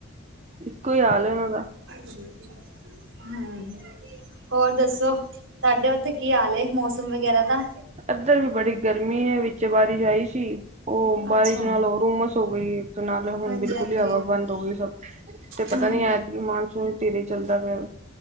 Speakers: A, on the right (about 35°); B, on the right (about 70°).
A: ਇੱਕੋ ਹਾਲ ਹੈ ਉਨ੍ਹਾਂ ਦਾ।
B: ਅੱਛਾ ਜੀ ਹਮ ਹੋਰ ਦੱਸੋ, ਤੁਹਾਡੇ ਉੱਥੇ ਕੀ ਹਾਲ ਹੈ ਮੌਸਮ ਵਗੈਰਾ ਦਾ?
A: ਏਧਰ ਵੀ ਬੜੀ ਗਰਮੀ ਹੈ। ਵਿੱਚ ਬਾਰਿਸ਼ ਆਈ ਸੀ, ਉਹ ਬਾਰਿਸ਼
B: ਅੱਛਾ
A: ਨਾਲ ਉਹ ਉਮਸ ਹੋ ਗਈ ਏ ਤੇ ਨਾਲੇ ਹੁਣ
B: ਹਾਂਜੀ
A: ਬਿਲਕੁਲ
B: ਹਾਂਜੀ
A: ਹੀ ਹਵਾ ਬੰਦ ਹੋ ਗਈ ਸਭ। ਤੇ ਪਤਾ
B: ਹਮ
A: ਨੀ, ਐਦਕੀ ਮਾਨਸੂਨ ਧੀਰੇ ਚੱਲਦਾ ਪਿਆ।